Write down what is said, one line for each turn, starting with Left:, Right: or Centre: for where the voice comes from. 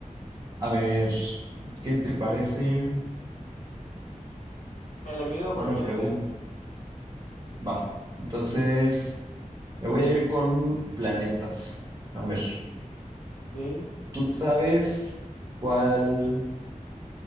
Right: A ver, ¿qué te parece
Left: me le mido a cualquier
Right: una pregunta?
Left: tema,
Right: Va, entonces me voy a ir con planetas. A ver,
Left: ¿ok?
Right: ¿tú sabes cuál,